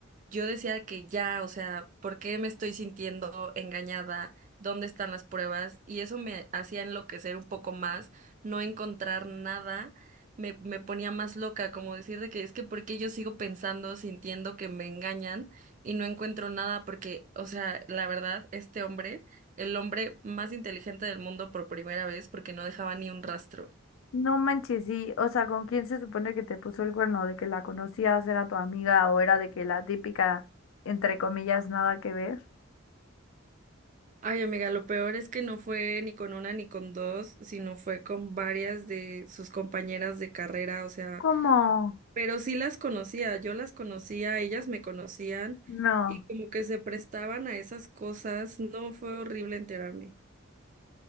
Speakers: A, on the right; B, on the left.
A: yo decía que ya, o sea, ¿por qué me estoy sintiendo engañada? ¿Dónde están las pruebas? Y eso me hacía enloquecer un poco más, no encontrar nada, me, me ponía más loca, como decir de que es que ¿por qué yo sigo pensando, sintiendo que me engañan y no encuentro nada? Porque, o sea, la verdad, este hombre, el hombre más inteligente del mundo por primera vez, porque no dejaba ni un rastro.
B: No manches, sí, o sea, ¿con quién se supone que te puso el cuerno? ¿De que la conocías, era tu amiga o era de que la típica, entre comillas, nada que ver?
A: Ay, amiga, lo peor es que no fue ni con una ni con dos, sino fue con varias de sus compañeras de carrera, o sea,
B: ¿Cómo?
A: pero sí las conocía, yo las conocía, ellas me conocían
B: No,
A: y como que se prestaban a esas cosas, no fue horrible enterarme.